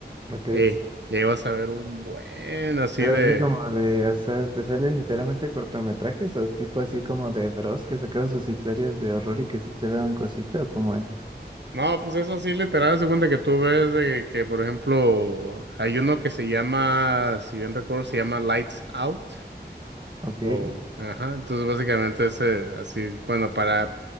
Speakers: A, on the right (about 25°); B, on the right (about 85°).
A: Ok.
B: Ey, ya ibas a ver un buen así
A: Pero
B: de.
A: es así como de, o sea, te salen literalmente cortometrajes o tipo así como de Dross que sacaba sus historias de horror y que sí te daban cosita o cómo es.
B: No, pues eso sí literal, se cuenta que tú ves de que, por ejemplo, hay uno que se llama, si bien recuerdo, se llama Lights Out.
A: Ok. <laughs>
B: O, ajá, entonces básicamente ese, así, bueno, para,